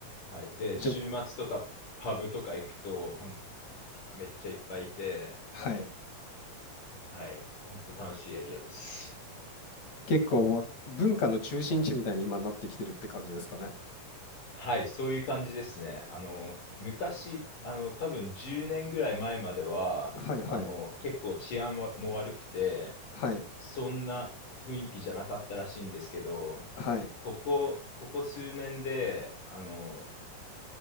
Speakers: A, on the left; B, on the left.
A: はい。で、週末とかパブとか行くと、
B: じゃ、
A: 本当がめっちゃいっぱいいて、
B: はい。
A: はい。本当楽しいエリアです。
B: 結構わ文化の中心地みたいに今なってきてるって感じですかね。
A: はい。そういう感じですね。あの、昔、あの、多分10年ぐらい前までは、
B: はいはい、
A: あの、結構治安はも悪くて、
B: はい。
A: そんな雰囲気じゃなかったらしいんですけど、
B: はい。
A: ここ、ここ数年で、あの、